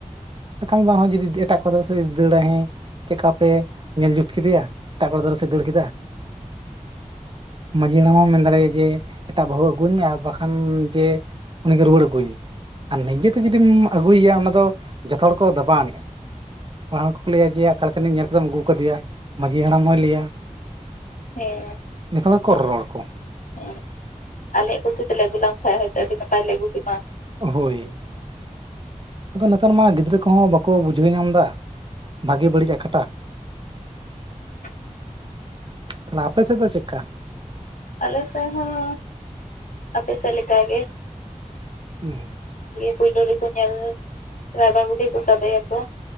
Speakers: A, on the right; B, on the left.
A: ᱠᱟᱹᱢᱤ ᱵᱟᱝ ᱦᱚ ᱡᱩᱫᱤ ᱮᱴᱟᱜ ᱠᱚᱫᱚ ᱥᱟᱣᱮ ᱫᱟᱹᱲᱟᱭ ᱦᱮᱸᱼᱼ ᱪᱮᱫ ᱠᱟᱯᱮ ᱧᱮᱞ ᱡᱩᱛ ᱠᱮᱫᱮᱭᱟ ᱮᱴᱟᱜ ᱠᱚᱲᱟ ᱜᱤᱫᱽᱨᱟᱹ ᱥᱮᱫ ᱫᱟᱹᱲ ᱠᱮᱫᱟ᱾ ᱢᱟᱺᱡᱷᱤ ᱦᱟᱲᱟᱢ ᱦᱚᱢ ᱢᱮᱱ ᱫᱟᱲᱮᱣᱟᱭᱟ ᱡᱮ ᱮᱴᱟᱜ ᱵᱟᱹᱦᱩ ᱟᱹᱜᱩᱭᱟᱹᱧ ᱢᱮ ᱟᱨ ᱵᱟᱠᱷ ᱠᱷᱟᱱ ᱡᱮ ᱩᱱᱤ ᱜᱮ ᱨᱩᱣᱟᱹᱲ ᱟᱹᱜᱩᱣᱟᱹᱧ ᱢᱮ᱾ ᱟᱨ ᱱᱤᱡᱮᱛᱮ ᱡᱩᱫᱤᱢ ᱟᱹᱜᱩᱭᱮᱭᱟ ᱚᱱᱟ ᱫᱚ ᱡᱚᱛᱚ ᱦᱚᱲ ᱠᱚ ᱫᱟᱵᱟᱣ ᱟᱱᱤᱡᱼᱟ᱾ ᱯᱟᱦᱟᱲ ᱦᱚᱲᱠᱚ ᱞᱟᱹᱭᱟ ᱡᱮ ᱟᱠᱟᱞᱟᱠᱟᱱᱤᱡ ᱧᱮᱞ ᱠᱟᱛᱮᱢ ᱟᱹᱜᱩ ᱟᱠᱟᱫᱮᱭᱟ ᱢᱟᱺᱡᱷᱤ ᱦᱟᱲᱟᱢ ᱦᱚᱭ ᱞᱟᱹᱭᱟᱼᱼ
B: ᱦᱮᱸ
A: ᱡᱚᱛᱚ ᱜᱮᱠᱚ ᱨᱚᱲ ᱠᱚ
B: ᱦᱮᱸ ᱟᱞᱮᱜ ᱠᱩᱥᱤᱛᱮᱞᱮ ᱟᱹᱜᱩ ᱞᱟᱢ ᱠᱷᱟᱡᱽ ᱦᱚᱭᱛᱚ ᱟᱹᱰᱤ ᱱᱟᱯᱟᱭ ᱞᱮ ᱟᱹᱜᱩ ᱠᱮᱢᱟ᱾
A: ᱦᱳᱭ ᱟᱫᱚ ᱱᱮᱛᱟᱨ ᱢᱟ ᱜᱤᱫᱽᱨᱟᱹ ᱠᱚᱦᱚᱸ ᱵᱟᱠᱚ ᱵᱩᱡᱷᱟᱹᱣ ᱧᱟᱢ ᱫᱟ ᱵᱷᱟᱜᱮ ᱵᱟᱹᱲᱤᱡ ᱟᱠᱟᱴᱟᱜ᱾
B: <unintelligible>
A: ᱛᱟᱦᱞᱮ ᱟᱯᱮ ᱥᱮ ᱫᱚ ᱪᱮᱫ ᱠᱟ?
B: ᱟᱞᱮ ᱥᱮᱡᱽ ᱦᱚᱸ ᱟᱯᱮ ᱥᱮᱡᱽ ᱞᱮᱠᱟ ᱜᱮ
A: ᱩᱸ
B: ᱯᱩᱭᱞᱩ ᱨᱮᱠᱚ ᱧᱮᱞ ᱨᱟᱭᱵᱟᱨ ᱵᱩᱰᱷᱤ ᱠᱚ ᱥᱟᱵᱮᱭᱟ ᱠᱚ